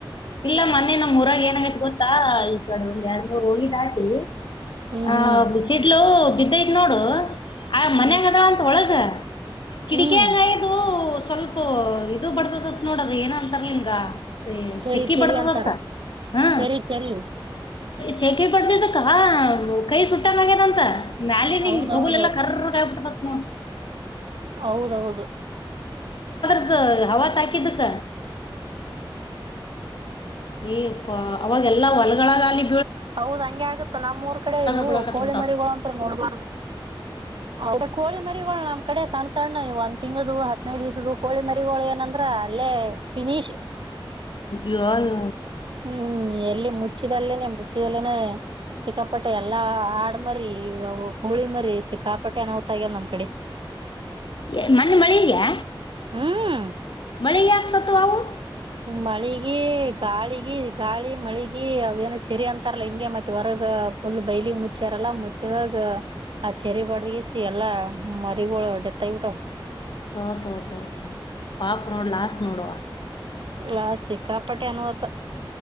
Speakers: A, on the left; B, on the right.
A: ಇಲ್ಲ ಮೊನ್ನಿ ನಮ್ಮ್ರಾಗ ಏನಾಗೈತ್ ಗೊತ್ತಾ ಈ ಕಡೆ ಒಂದ್ ಎರಡ್ ಮೂರ್ ಉಳಿ ದಾಟಿ.
B: ಹ್ಮ್
A: ಆ
B: ಹ್ಮ್
A: ಬಿಸಿಡ್ಲು. ಬಿದ್ದೈತ್ ನೋಡು. ಆ
B: ಹ್ಮ್
A: ಮನ್ಯಾಗ ಅದಳ್ ಅಂತ ಒಳಗ. ಕಿಡಿಕ್ಯಾಗ್
B: ಹ್ಮ್
A: ಹೈದು. ಸ್ವಲ್ಪ್ ಇದು ಕೊಡ್ತದಂತ್ ನೋಡದ ಏನ ಅಂತರ್ಲಿ ಹಿಂಗ.
B: ಚೆರಿ
A: ಶೆಕಿ
B: ಚೆರಿ
A: ಬಡ್ದದತ್ತ
B: ಅಂತಾರ
A: ಹಾ
B: ಚೆರಿ ಚೆರಿ.
A: ಶೆಕಿ ಬಡ್ದುದಕ್ಕ ಕೈ ಸಟ್ಟಾಂಗ್ ಆಗ್ಯಾದಂತ. ಮ್ಯಾಲ ನೀನ್
B: ಹೌದೌದು
A: ತೊಗುಲ್ ಎಲ್ಲಾ ಕರ್ರಗ್ ಹಾಗ್ಬಿಟ್ಟದತ್ ನೋಡ್.
B: ಹೌದೌದು
A: ಹೊ ಅವತಾಕಿದ್ದಕ್ಕ. ಏ ಯಪ್ಪಾ ಅವಾಗೆಲ್ಲಾ ಹೊಲ್ಗಳಗಾಲಿ.
B: ಹೌದ್ ಹಂಗೆ ಆಗುತ್ತ ನಮ್ಮೂರ್ ಕಡೆ ಇವು
A: ಬೀಳಾಕತ್ತ
B: ಕೋಳಿ
A: ಬಿಟ್ಟಾವ
B: ಮರಿಗಳ ಅಂತ್ರು ನೋಡ್ಬಾರ್ದು. ಹೌದ ಕೋಳಿ ಮರಿಗೊಳ ನಮ್ ಕಡೆ ಸಣ್ಣ ಸಣ್ಣ ಇ ಒಂದ್ ತಿಂಗಳ್ದ ಹದ್ನೈದು ದಿವ್ಸದ್ದ ಕೋಳಿ ಮರಿಗೋಳ್ ಏನಂದ್ರ ಅಲ್ಲೇ ಫಿನಿಶ್.
A: ಯೋಯೊ
B: ಹ್ಮ್ ಎಲ್ಲಿ ಮುಚ್ಚಿದಲ್ಲೇನೆ ಮುಚ್ಚಿ. ಸಿಕ್ಕಾಪಟ್ಟೆ ಎಲ್ಲಾ ಆಡ್ಮರಿ ಕೊಳಿ ಮರಿ ಸಿಕ್ಕಾಪಟ್ಟೆ ಅನಾಹುತ ಆಗ್ಯದ ನಮ್ ಕಡೆ
A: ಎ ಮನ್ನೆ ಮಳಿಗ್ಯಾ.
B: ಹ್ಮ್
A: ಮಳಿಗ್ ಯಾಕ್ ಸತ್ವು ಆವು.
B: ಮಳಿಗಿ ಗಾಳಿಗಿ ಗಾಳಿ ಮಳಿಗಿ ಅವ ಏನ ಚೆರಿ ಅಂತಾರಲ್ಲ ಹಿಂಗೆ ಮತ್ತೆ ಹೊರಗ ಫುಲ್ ಬೈಲಿ ಮುಚ್ಚ್ಯಾರಲ್ಲ ಮುಚ್ಚಿದಾಗ ಆ ಚರಿ ಬಡ್ದಗಿಸಿ ಎಲ್ಲಾ ಮರಿಗಳು ಡೆತ್ ಆಗ್ಬಿಟ್ಟಾವ್.
A: ತೊ ತೊ ತೊ ತೊ ಪಾಪ ನೋಡ್ ಲಾಸ್ಟ್ ನೋಡವಾ.
B: ಲಾಸ ಸಿಕ್ಕಾಪಟ್ಟಿ ಅನಾಹುತ.